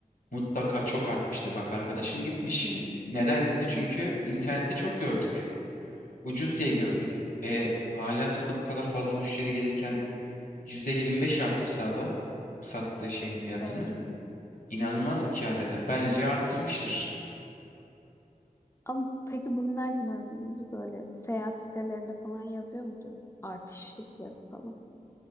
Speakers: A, on the left; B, on the left.
A: mutlaka çok artmıştır. Bak arkadaşın gitmiş.
B: Hmm,
A: Neden gitti? Çünkü
B: evet
A: internette çok gördük. Ucuz diye gördük. E, halihazırda bu kadar fazla müşteri gelirken %25 arttırsa adam sattığı şeyin fiyatını
B: doğru.
A: inanılmaz bir kâr eder. Bence arttırmıştır.
B: Ama peki bunu nereden öğrenebiliriz? Öyle seyahat sitelerinde falan yazıyor mudur? Artışlı fiyat falan.